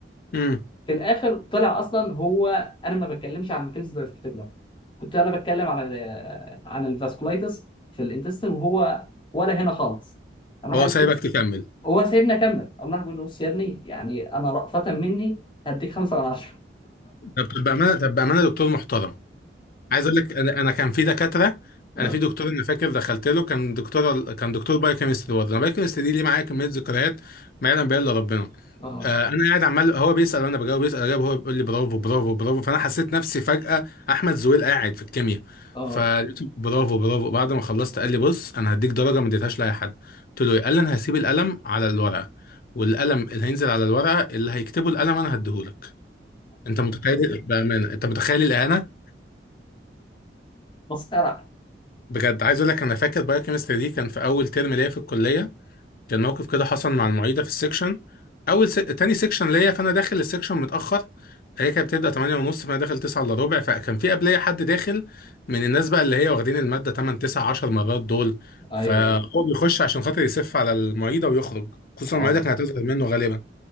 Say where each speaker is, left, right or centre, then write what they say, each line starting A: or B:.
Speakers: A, on the left; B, on the left.
A: امم
B: في الاخر طلع اصلا هو انا ما بتكلمش عن الميكانيزم ده في التكلو كنت انا بتكلم عن ال- آه، عن الفاسكولايتس في الانتستين وهو ولا هنا خالص قام راح
A: وهو
B: قال
A: سايبك تكمل
B: هو سايبني اكمل قام راح بيقول له بص يا ابني يعني انا رأفة مني هديك خمسة من عشرة
A: طب طب بامانه طب بامانه دكتور محترم عايز اقول لك انا انا كان في دكاتره
B: اه
A: انا في دكتور انا فاكر دخلت له كان دكتور كان دكتور بايوكيمستري برضه انا بايوكيمستري دي ليه معايا كميه ذكريات ما يعلم بها الا ربنا
B: اه
A: آه انا قاعد عمال هو بيسال وانا بجاوب بيسال اجاوب هو بيقول لي برافو برافو برافو فانا حسيت نفسي فجاه احمد زويل قاعد في الكيمياء
B: اه
A: فقلت برافو برافو بعد ما خلصت قال لي بص انا هديك درجه ما اديتهاش لاي حد قلت له إيه؟ قال لي انا هسيب القلم على الورقه والقلم اللي هينزل على الورقه اللي هيكتبه القلم انا هديهولك انت متخيل بامانه انت متخيل الاهانه
B: مسخرة
A: بجد عايز اقول لك انا فاكر بايوكيمستري دي كان في اول ترم ليا في الكليه كان موقف كده حصل مع المعيده في السكشن اول س... تاني سكشن ليا فانا داخل السكشن متاخر هي كانت بتبدا 8 ونص فانا داخل 9 الا ربع فكان في قبليه حد داخل من الناس بقى اللي هي واخدين الماده 8 9 10 مرات دول
B: ايوه
A: فهو
B: ايوه
A: بيخش عشان خاطر يسف على المعيده ويخرج خصوصا
B: اه
A: المعيده كانت هتظهر منه غالبا